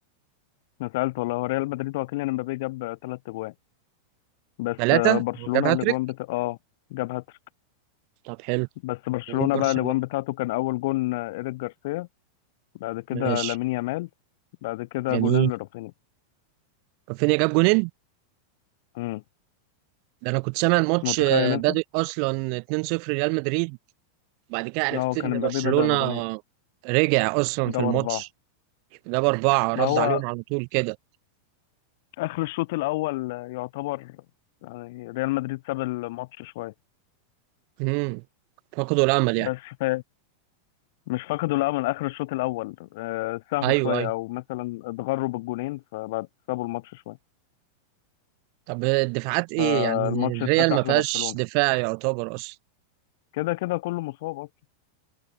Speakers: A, on the left; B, on the right.
A: انا زعلت والله هو ريال مدريد وكيليان امبابي جاب ثلاث اجوان بس
B: 3
A: آه، برشلونة
B: جاب هاتريك
A: الاجوان بتا... اه جاب هاتريك
B: طب حلو
A: بس برشلونة
B: ومين برشلونه
A: بقى الاجوان بتاعته كان اول جون آه، ايريك جارسيا بعد كده
B: ماشي
A: لامين يامال بعد كده
B: جميل
A: جونين لرافينيا
B: رافينيا جاب جونين
A: امم
B: ده انا كنت سامع الماتش
A: متخيل انت؟
B: بادئ اصلا 2-0 ريال مدريد بعد كده عرفت
A: اه كان
B: ان
A: امبابي
B: برشلونة
A: بدأ بجونين
B: رجع اصلا
A: جاب
B: في الماتش
A: اربعة
B: جاب اربعة رد
A: ما هو
B: عليهم على طول كده
A: اخر الشوط الاول يعتبر يعني ريال مدريد ساب الماتش شويه
B: امم فقدوا الامل يعني
A: بس ف... مش فقدوا الامل اخر الشوط الاول آه، ساهوا
B: ايوه
A: شويه
B: ايوه
A: او مثلا اتغروا بالجونين فبعد سابوا الماتش شويه
B: طب الدفاعات ايه
A: فالماتش
B: يعني
A: اتفتح
B: الريال ما فيهاش
A: لبرشلونه
B: دفاع يعتبر اصلا
A: كده كده كله مصاب اصلا